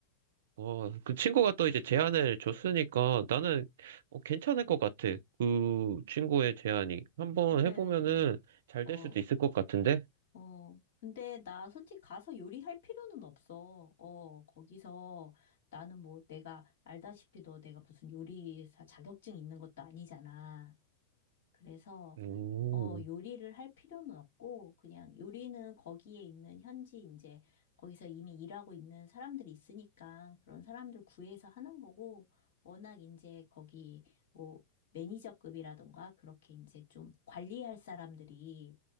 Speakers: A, on the right; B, on the left.
A: 와, 그 친구가 또 이제 제안을 줬으니까 나는 어, 괜찮을 것 같아. 그 친구의 제안이. 한번
B: 그래
A: 해보면은 잘
B: 어,
A: 될 수도 있을 것 같은데?
B: 어, 근데 나 솔직히 가서 요리할 필요는 없어. 어, 거기서 나는 뭐 내가 알다시피 너 내가 무슨 요리사 자격증 있는 것도 아니잖아. 그래서
A: 음,
B: 어, 요리를 할 필요는 없고, 그냥 요리는 거기에 있는 현지, 이제, 거기서 이미 일하고 있는 사람들이 있으니까, 그런 사람들 구해서 하는 거고, 워낙 이제 거기, 뭐, 매니저급이라던가, 그렇게 이제 좀 관리할 사람들이,